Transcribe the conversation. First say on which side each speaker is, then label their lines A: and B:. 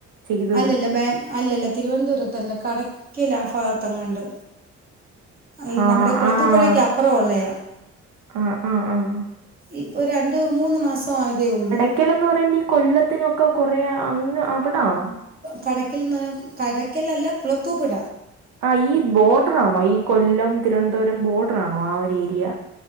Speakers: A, on the right; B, on the right.
A: ചെയ്തത്
B: അല്ലല്ല ബേ അല്ലല്ല തിരുവൻന്തപുരത്തല്ല കടയ്ക്കൽആഫാഗത്തെങ്ങാണ്ടോ ഈ
A: ആഹ്
B: നമ്മുടെ കുളത്തൂപ്പുഴക്കപ്പുറള്ളേ
A: ആഹ് ആഹ് ആഹ് ആഹ്
B: ഇപ്പോ രണ്ട് മൂന്ന് മാസായതേ ഒള്ളൂ
A: കടക്കലന്നറയുമ്പോ ഈ കൊല്ലത്തിനൊക്കെ കൊറേ അങ്ങ് അവിടാണോ
B: കടയ്ക്കെൽന്നറഞ്ഞാ കടയ്ക്കലല്ല കുളത്തൂ പുഴ
A: ആ ഈ ബോഡ്റാണോ ഈ കൊല്ലം തിരുവനന്തുരം ബോഡറാണോ ആ ഒരു ഏരിയ